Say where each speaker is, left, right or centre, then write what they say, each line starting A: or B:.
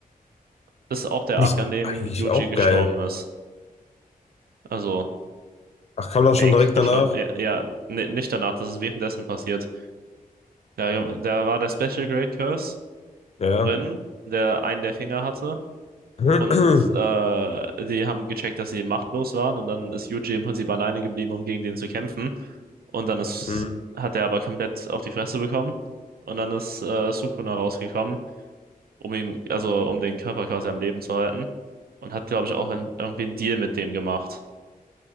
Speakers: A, on the right; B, on the left.
A: Das ist auch der
B: Finde
A: Arc,
B: ich
A: an dem
B: eigentlich
A: Yuji
B: auch
A: gestorben
B: geil.
A: ist. Also,
B: Ach, kam das schon
A: Jake
B: direkt
A: gestorben.
B: danach?
A: Ja, ja, ni- nicht danach, das ist währenddessen passiert. Da, da war der Special grade Curse
B: Ja.
A: drin, der einen der Finger hatte.
B: <clears throat>
A: Und äh, die haben gecheckt, dass sie machtlos waren. Und dann ist Yuji im Prinzip alleine geblieben, um gegen den zu kämpfen. Und dann ist,
B: Mhm,
A: hat er aber komplett auf die Fresse bekommen. Und dann ist äh, Sukuna rausgekommen, um ihm, also um den Körper quasi am Leben zu halten. Und hat, glaube ich, auch in, irgendwie einen Deal mit dem gemacht.